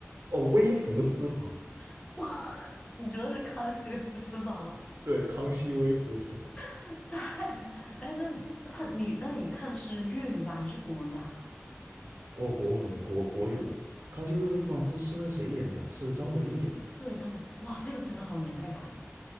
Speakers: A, on the right; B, on the left.
A: 哦，《微服私访》。
B: <laughs> 哇，你说的是《康熙微服私访》吗？
A: 对，康熙微服私访。
B: <laughs> 对，哎，那你他你那你看的是粤语版还是古文版啊？
A: 哦，国文国国语的《康熙微服私访》是是那个谁演的呀？是张国立演的呀。
B: 对，张伟，哇，这个真的好有年代感。